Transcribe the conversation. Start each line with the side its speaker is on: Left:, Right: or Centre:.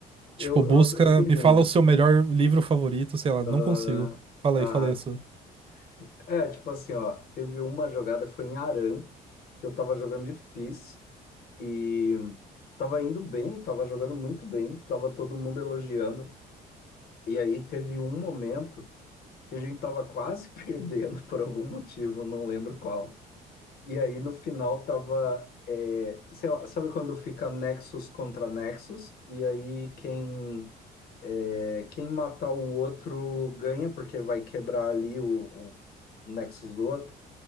Right: Tipo,
Left: Eu,
Right: busca,
Left: eu, eu tenho
Right: me
Left: uma.
Right: fala o seu melhor livro favorito, sei lá, não consigo.
Left: Ah,
Right: Fala
Left: ah,
Right: aí, fala aí a sua.
Left: é, tipo assim, ó, teve uma jogada, foi em Aran, que eu tava jogando de Fizz e tava indo bem, tava jogando muito bem, tava todo mundo elogiando. E aí teve um momento que a gente tava quase <laughs> perdendo por algum motivo, não lembro qual. E aí no final tava, é, sei lá, sabe quando fica Nexus contra Nexus? E aí quem, é, quem matar o outro ganha, porque vai quebrar ali o, o Nexus do outro.